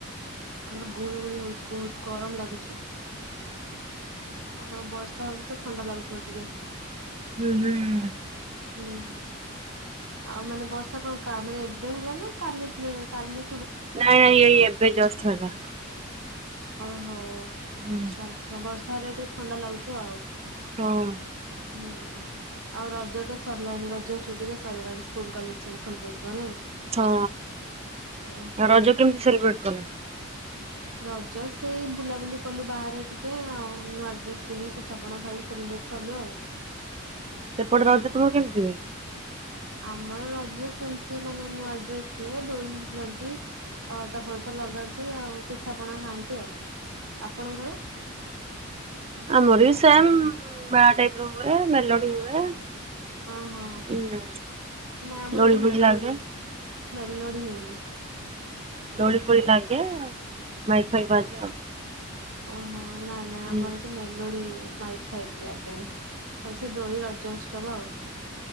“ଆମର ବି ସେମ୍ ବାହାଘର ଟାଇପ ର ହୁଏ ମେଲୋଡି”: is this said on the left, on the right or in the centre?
Right